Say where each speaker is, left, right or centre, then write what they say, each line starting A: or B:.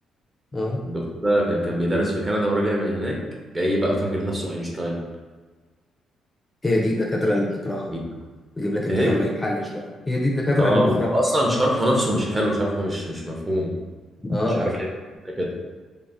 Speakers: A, on the left; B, on the right.
A: اه
B: الدكتور ده كان كان بيدرس في كندا وراجع من هناك جاي بقى فاكر نفسه اينشتاين
A: هي دي الدكاتره اللي بنكرهها
B: بي-
A: يجيب لك امتحان
B: ايه
A: ما يتحلش بقى هي دي الدكاتره
B: اه
A: اللي بنكرهها
B: اصلا شرحه نفسه مش حلو شرحه مش مش مفهوم
A: اه اه
B: مش عارف
A: آه.
B: ليه